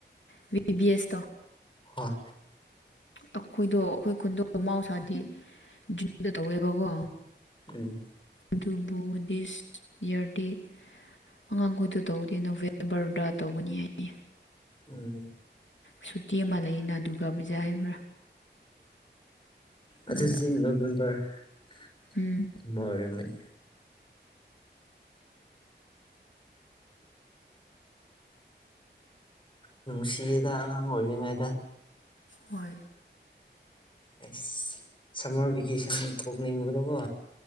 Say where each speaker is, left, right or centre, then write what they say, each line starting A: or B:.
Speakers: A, on the left (about 80°); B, on the left (about 25°).
A: ꯕꯤ ꯕꯤ ꯑꯦꯁꯇꯣ
B: ꯍꯣꯏ
A: ꯑꯩꯈꯣꯏꯗꯣ ꯑꯩꯈꯣꯏ ꯈꯨꯟꯗꯣ ꯃꯍꯎꯁꯥꯗꯤ ꯖꯨꯅꯨꯗ ꯇꯧꯋꯦꯕꯀꯣ
B: ꯎꯝ
A: ꯑꯗꯨꯕꯨ ꯗꯤꯁ ꯌꯔꯗꯤ ꯑꯉꯥꯡꯈꯣꯏꯗ ꯇꯧꯗꯦ ꯅꯣꯕꯦꯝꯕꯔꯗ ꯇꯧꯒꯅꯤ ꯍꯥꯏꯅꯤ
B: ꯎꯝ
A: ꯁꯨꯇꯤ ꯑꯃ ꯂꯩꯅ ꯗꯨꯔꯒꯥ ꯄꯨꯖꯥ ꯍꯥꯏꯕ꯭ꯔꯥ ꯑꯗꯨꯗ
B: ꯑꯗꯨꯖꯤ ꯅꯣꯕꯦꯝꯕꯔ ꯑꯣꯏ
A: ꯎꯝ
B: ꯑꯣꯏꯔꯝ ꯑꯃꯅꯤꯅꯤ ꯅꯨꯡꯁꯤꯗ ꯑꯉꯥꯡ ꯑꯣꯏꯔꯤꯉꯩꯗ
A: ꯍꯣꯏ
B: ꯑꯦ ꯁꯔ ꯀꯦꯁꯟ ꯀꯣꯛ ꯅꯤꯡꯉꯕ ꯂꯕꯣ